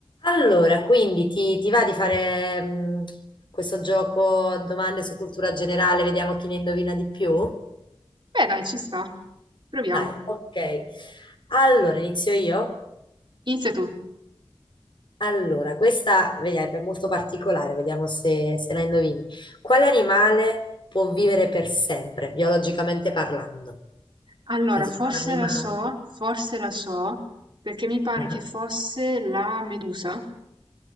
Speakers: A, on the left; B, on the right.
A: Allora, quindi ti, ti va di fare mh, questo gioco domande su cultura generale, vediamo chi ne indovina di più?
B: Beh dai, ci sta. Proviamo.
A: Dai, ok. Allora, inizio io?
B: Inizia tu.
A: Allora, questa vediamo, è molto particolare, vediamo se, se la indovini. Quale animale può vivere per sempre, biologicamente parlando?
B: Allora,
A: Nel senso,
B: forse
A: c'è un animale.
B: la so, forse la so, perché mi pare
A: Ah.
B: che fosse la Medusa.